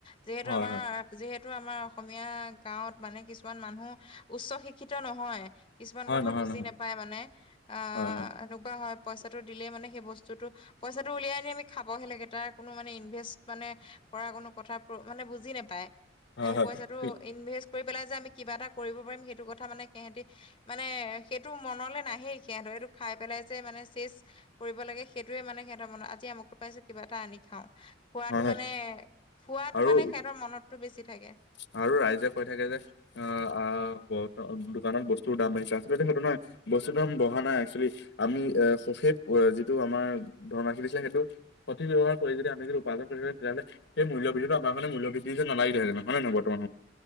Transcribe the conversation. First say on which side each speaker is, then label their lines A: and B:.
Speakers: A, on the left; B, on the left.
A: যিহেতু
B: হয়
A: আমাৰ।
B: হয়
A: যিহেতু আমাৰ অসমীয়া গাঁৱত মানে কিছুমান মানুহ উচ্চ শিক্ষিত নহয়। কিছুমান
B: হয়
A: কথা
B: নহয়
A: বুজি
B: নহয়
A: নাপায় মানে অ',
B: হয় হয়
A: এনেকুৱা হয়। পইচাটো দিলে মানে সেই বস্তুটো পইচাটো ওলাই আনি আমাক খাব হয় লাগে, তাৰ কোনো মানে ইনভেষ্ট মানে কৰা কোনো কথাবোৰ মানে বুজি নাপায় সেই
B: হয়
A: পইচাটো
B: হয়
A: ইনভেষ্ট কৰি পেলাই যে আমি কিবা এটা কৰিব পাৰিম সেইটো কথা মানে সেইহঁতে মানে সেইটো মনলৈ নাহে সেইহঁতৰ, সেইটো খাই পেলাই যে মানে শেষ। কৰিব লাগে সেইটোৱে মানে সেইহঁতৰ মনৰ আজি অমুকটো পাইছোঁ, কিবা এটা আনি খাওঁ। খোৱাটো
B: হয় হয়
A: মানে ফুৱাটো
B: আৰু
A: মানে ইহঁতৰ মনতটো বেছি থাকে।
B: আৰু ৰাইজে কৈ থাকে যে অ' অ' দোকানত বস্তু দাম বাঢ়িছে, আচলতে সেইটো নহয়। বস্তুৰ দাম বঢ়া নাই, এক্সুৱেলী আমি এই শ্বপে যিটো আমাৰ ধন ৰাখি আছিলে সেইটো। সঠিক ব্যৱহাৰ কৰি যদি আমি উপাৰ্জন কৰি তেতিয়াহ'লে সেই মূল্য বৃদ্ধি আমাৰ কাৰণে মূল্য বৃদ্ধি নালাগিলে হেতেন হয় নে নহয়? বৰ্তমান